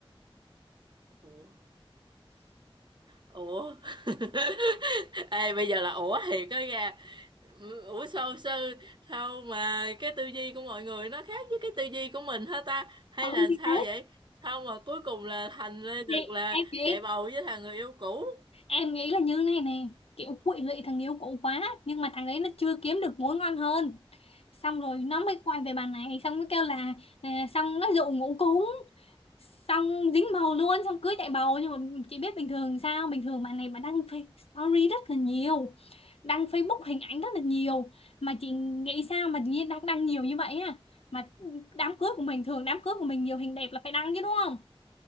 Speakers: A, on the right (about 50°); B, on the left (about 85°).
A: ủa ủa <laughs> ê bây giờ là ủa thiệt đó nha ủa sao sao sao mà cái tư duy của mọi người nó khác với cái tư duy của mình hả ta hay
B: ừ
A: là
B: thì
A: sao
B: thế
A: vậy sao mà cuối cùng là thành lên
B: Thì
A: được là
B: em nghĩ
A: chạy bầu với thằng người yêu cũ
B: em nghĩ là như này này kiểu quỵ lụy thằng yêu cũ quá nhưng mà thằng ấy nó chưa kiếm được mối ngon hơn xong rồi nó mới quay về bà này xong nó kêu là à, xong nó dụ ngủ cúng xong dính bầu luôn xong cưới chạy bầu nhưng mà chị biết bình thường sao bình thường bà này bà đăng fa- story rất là nhiều đăng Facebook hình ảnh rất là nhiều mà chị nghĩ sao mà nhiên đăng đăng nhiều như vậy à mà đám cưới của mình thường đám cưới của mình nhiều hình đẹp là phải đăng chứ đúng không